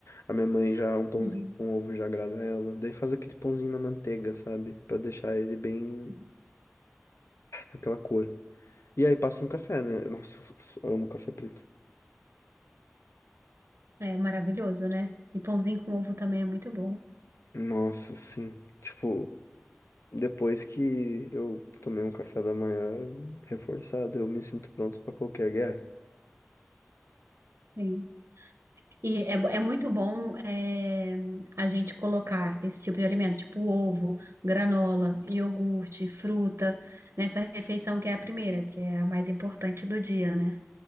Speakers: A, on the left; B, on the right.
A: A minha mãe já, um pãozinho
B: Uhum.
A: com ovo já agrada ela. Daí faz aquele pãozinho na manteiga, sabe? Pra deixar ele bem
B: Uhum.
A: naquela cor. E aí passa um café, né? Nossa, eu amo café preto.
B: É maravilhoso, né? E pãozinho com ovo também é muito bom.
A: Nossa, sim. Tipo. Depois que eu tomei um café da manhã reforçado, eu me sinto pronto pra qualquer guerra.
B: Sim. E é, bo- é muito bom é, a gente colocar esse tipo de alimento, tipo ovo, granola, iogurte, fruta, nessa refeição que é a primeira, que é a mais importante do dia, né?